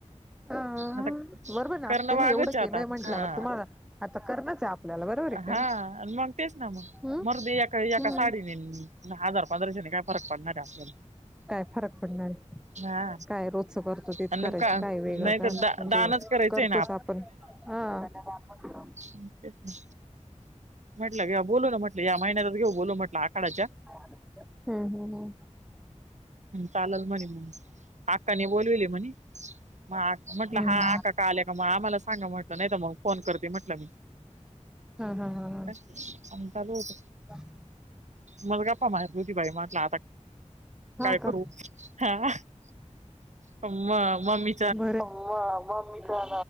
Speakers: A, in the centre; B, on the right.
A: हंअअअ हंहंहं
B: आता
A: बरोबर ना
B: करणं
A: त्यांनी
B: भागच
A: एवढं केलंय
B: आता
A: म्हंटल्यावर,
B: हा
A: तुम्हाला आता करणच आहे आपल्याला बरोबर आहे का
B: हा
A: नाही.
B: मग तेच ना मग,
A: हम्म
B: मरूदे एका एका
A: हम्म
B: साडीनींनेईन हजार त्याने काय फरक पडणार आहे आपल्याला.
A: काय फरक पडणार आहे.
B: हा
A: काय रोजच करतो तेच
B: आणि
A: करायचं,
B: का
A: काय वेगळं
B: नाही
A: का
B: तर
A: म्हणजे
B: दा दानच करायचंय
A: करतोच आपण हां <unintelligible>
B: हमम तेच ना. म्हटलं घेऊ, बोलू ना म्हटलं, या महिन्यातच घेऊ बोलून म्हटलं आखडाच्या
A: <unintelligible> हम्म हम्म हम्म
B: चालेल म्हणे, अक्काने बोलिवले म्हणे मग आ म्हटलं
A: हम्म हम्म हम्म
B: हा, आक्का का आल्या का, मग आम्हाला सांगा म्हटलं, नाही तर मग फोन करते म्हटलं
A: हं हं हं हं
B: <unintelligible> चालू होत
A: <unintelligible>
B: मुलगा मला माहीत होती बाई म्हंटल, आता
A: हा
B: काय
A: का
B: करू हंं. <unintelligible> मं मम्मी
A: बरंय, मं मम्मी पण